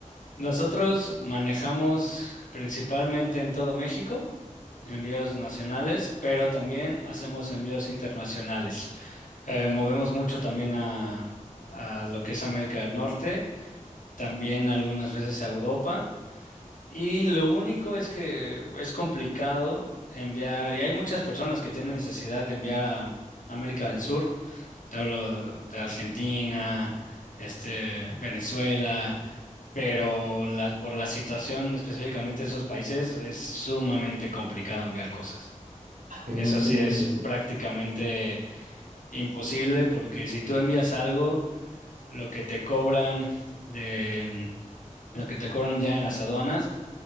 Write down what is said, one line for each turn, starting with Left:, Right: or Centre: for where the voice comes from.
Left: Nosotros manejamos principalmente en todo México. envíos nacionales, pero también hacemos envíos internacionales. Eh, movemos mucho también a, a lo que es América del Norte, también algunas veces a Europa. Y lo único es que es complicado enviar, y hay muchas personas que tienen necesidad de enviar a América del Sur. Te hablo de Argentina, este, Venezuela, pero la- por la situación específicamente de esos países es sumamente complicado enviar cosas.
Right: Ah, Me imagino
Left: Eso sí es
Right: que
Left: prácticamente imposible porque si tú envías algo, lo que te cobran de mm, lo que te cobran ya en las aduanas,